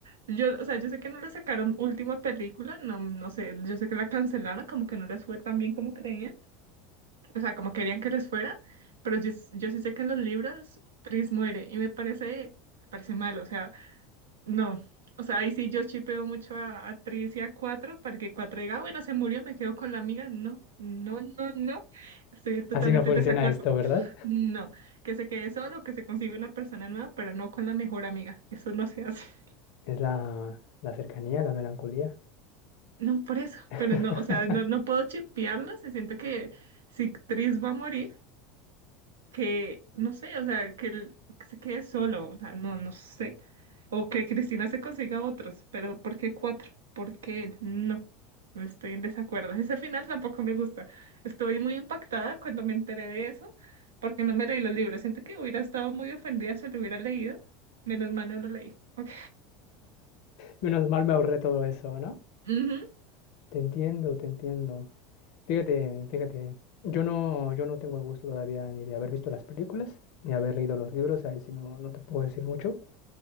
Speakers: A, on the right; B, on the left.
A: yo, o sea, yo sé que no le sacaron última película, no, no sé, yo sé que la cancelaron, como que no les fue tan bien como creían, o sea, como querían que les fuera, pero yo, s- yo sí sé que en los libros Tris muere y me parece, me parece mal, o sea. No, o sea, ahí sí yo chipeo mucho a, a Tris y a Cuatro para que Cuatro diga, "Ah, bueno, se murió, me quedo con la amiga. No, no, no, no. Estoy totalmente
B: Así no funciona
A: en desacuerdo.
B: esto, ¿verdad?
A: No, que se quede solo, que se consiga una persona nueva, pero no con la mejor amiga. Eso no se hace. <laughs>
B: Es la, la cercanía, la melancolía.
A: No, por eso,
B: <laughs>
A: pero no, o sea, no, no puedo chipearlo, se siento que si Tris va a morir. que, no sé, o sea, que, él- que se quede solo, o sea, no, no sé. O que Cristina se consiga otros, pero ¿por qué cuatro? ¿Por qué él? No, estoy en desacuerdo. Ese final tampoco me gusta. Estoy muy impactada cuando me enteré de eso, porque no me leí los libros. Siento que hubiera estado muy ofendida si lo hubiera leído. Menos mal no lo leí. Ok.
B: Menos mal me ahorré todo eso, ¿no?
A: Ujú.
B: Te entiendo, te entiendo. Fíjate, fíjate, yo no, yo no tengo el gusto todavía ni de haber visto las películas, ni haber leído los libros, ahí sí no, no te puedo decir mucho,